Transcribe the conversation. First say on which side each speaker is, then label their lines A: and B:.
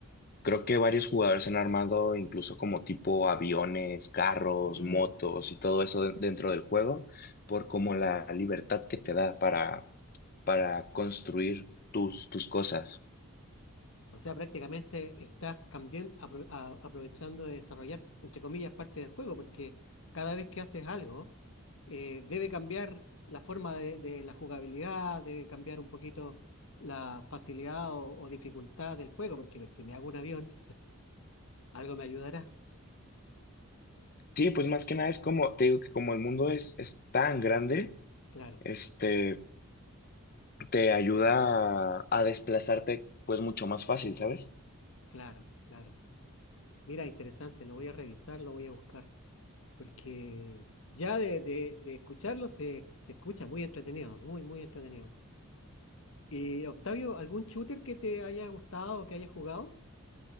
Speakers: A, on the left; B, on the left.
A: Creo que varios jugadores han armado incluso como tipo aviones, carros,
B: Mm.
A: motos y todo eso de- dentro del juego, por como la libertad que te da para, para construir tus, tus cosas.
B: O sea, prácticamente estás cambiando, apro- a- aprovechando de desarrollar, entre comillas, parte del juego, porque cada vez que haces algo, eh, debe cambiar la forma de, de la jugabilidad, debe cambiar un poquito la facilidad o, o dificultad del juego, porque si me hago un avión, algo me ayudará.
A: Sí, pues más que nada es como, te digo que como el mundo es, es tan grande,
B: Claro,
A: este, te ayuda a, a desplazarte pues mucho más fácil, ¿sabes?
B: claro, claro. Mira, interesante, lo voy a revisar, lo voy a buscar, porque ya de, de, de escucharlo se, se escucha muy entretenido, muy, muy entretenido. Eh, Octavio, ¿algún shooter que te haya gustado o que hayas jugado?